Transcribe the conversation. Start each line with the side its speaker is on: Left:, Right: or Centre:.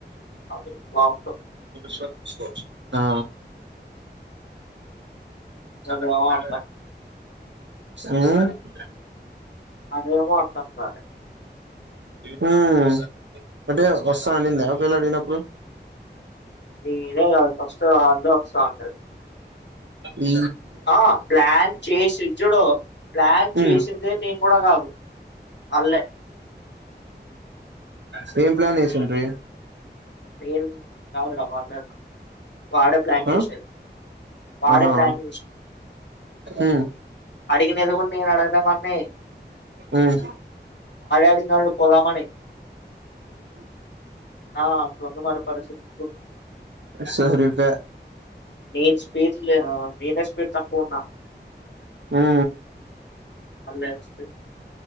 Left: అది ఫ్లాప్
Right: స స స చ ఆ చాల
Left: అదేమో
Right: అ
Left: అంటాం
Right: యూనిఇన్టిలిజిబుల్
Left: అదేమో అంటాం కాలే
Right: హ అంటే వస్తా అనిందా ఒకేళ అడిగినప్పుడు
Left: నేనే కాదు ఫస్ట్ వాళ్ళే వస్తా అన్నారు
Right: యునిఇన్టిలిజిబుల్
Left: ఆ ప్లాన్ చేసి ఇట్చుడు ప్లాన్
Right: ఉమ్
Left: చేసిందే నేను కూడా కాదు ఆళ్ళే
Right: హ ఎం ప్లాన్ వేసిండ్రి
Left: మీరు తాగుదర వాటర్ వాళ్ళే ప్లాన్
Right: ఆ
Left: చేషారు. వాడే
Right: ఆహా
Left: ప్లాన్
Right: ఉమ్
Left: అడిగినది గు నేను అడగలే వాడ్నీ
Right: ఉమ్
Left: అడిగిన వాళ్ళు పోదామని ఆ అట్లుంది మరి పరిస్థితి ఇప్పుడు
Right: సరిగ్గా
Left: నేను స్పీడ్ నేనే స్పీడ్ తక్కువ ఉన్నా
Right: ఆ
Left: హండ్రెడ్స్